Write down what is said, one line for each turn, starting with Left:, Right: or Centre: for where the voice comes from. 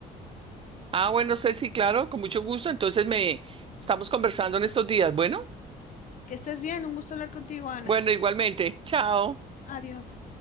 Right: Ah, bueno, Ceci, claro, con mucho gusto. Entonces me estamos conversando en estos días. Bueno,
Left: Que estés bien, un gusto hablar contigo, Ana.
Right: bueno, igualmente. Chao.
Left: Adiós.